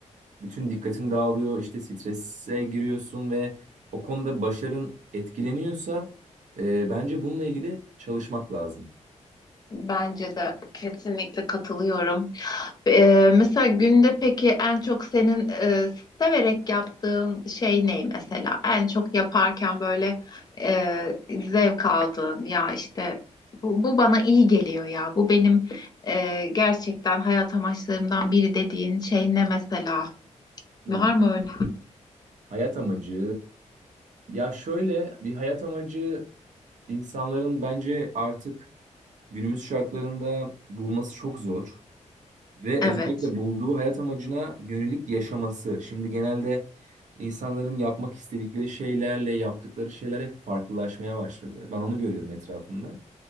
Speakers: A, on the right; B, on the left.
A: bütün dikkatin dağılıyor, işte strese giriyorsun ve o konuda başarın etkileniyorsa e, bence bununla ilgili çalışmak lazım.
B: Bence de kesinlikle katılıyorum. Ee, mesela günde peki en çok senin e, severek yaptığın şey ne mesela? En çok yaparken böyle e, zevk aldığın ya işte bu, bu bana iyi geliyor ya. Bu benim e, gerçekten hayat amaçlarımdan biri dediğin şey ne mesela?
A: Hmm.
B: Var mı öyle?
A: Hayat amacı ya şöyle bir hayat amacı insanların bence artık günümüz şartlarında bulması çok zor ve
B: Evet.
A: özellikle bulduğu hayat amacına yönelik yaşaması. Şimdi genelde insanların yapmak istedikleri şeylerle yaptıkları şeyler hep farklılaşmaya başladı. Ben onu görüyorum etrafımda.